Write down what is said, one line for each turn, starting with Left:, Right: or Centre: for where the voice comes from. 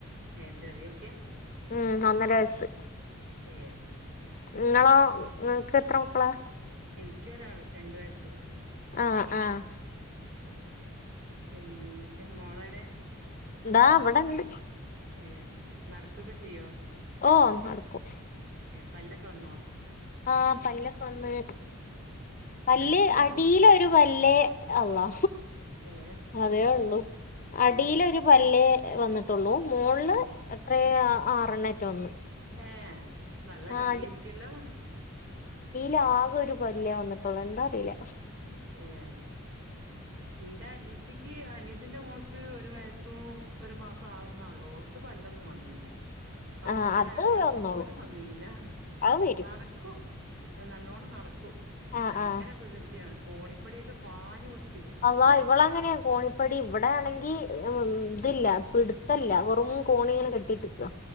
Right: ഏഹ് ചെറിയുട്ടിയ
Left: ഉം ഒന്നര വയസ്സ്
Right: ഏഹ്
Left: ഇങ്ങളോ ഇങ്ങക്ക് എത്ര മക്കളാ
Right: എനിക്കൊരാള് രണ്ട് വയസ്
Left: ആഹ് ആഹ്
Right: പിന്നെന്തൊക്കെയ മോള് എവിടെ
Left: ദാ ഇവിടൊണ്ട്
Right: ഏഹ് നടക്കുവൊക്കെ ചെയ്യുവോ
Left: ഓഹ് നടക്കും
Right: പല്ലൊക്കെ വന്നോ
Left: ആഹ് പല്ലൊക്കെ വന്ന് പല്ല്
Right: കടിക്കുവോ
Left: അടിയില് ഒരു പല്ലേ അള്ളാ
Right: ഏ
Left: അതേ ഉള്ളു
Right: ഏ
Left: അടിയിലൊരു പല്ലേ വന്നിട്ടുള്ളൂ മോളില്
Right: ഏ
Left: എത്രയാ ആറെണ്ണവൊ മറ്റോ വന്ന്
Right: ഏഹ് നല്ല
Left: ആഹ്
Right: കടിയായിരിക്കൂല്ലോ
Left: പാവം ഒരു വല്യ വന്നിട്ടുള്ളൂ എന്താ അറിയില്ല
Right: ഏഹ് എന്റെ അനിയത്തിക്ക് അനിയത്തിന്റെ മോൾക്ക് ഒരു വയസ്സും ഒരു മാസവും ആവുന്നേയുള്ളു ഓക്ക് പല്ലൊന്നും വന്നില്ല പല്ലിന്റെ
Left: ആഹ് അത്
Right: ഒരു അടയാളം
Left: വന്നോളും
Right: പോലും വന്നില്ല
Left: അത് വരും
Right: നട ക്കും നല്ലോണം നടക്കും
Left: ആഹ്
Right: ഭയങ്കര
Left: ആഹ്
Right: വികൃതിയാണ് കോണിപ്പടിയൊക്കെ പാഞ്ഞ് പിടി
Left: അള്ളാ ഇവളങ്ങനെയാ കോണി പ്പടി ഇവിടെ ആണെങ്കി ഇതില്ല പിടുത്തവില്ല വെറും കോണി ഇങ്ങനെ കെട്ടി ഇട്ടേക്കുവാ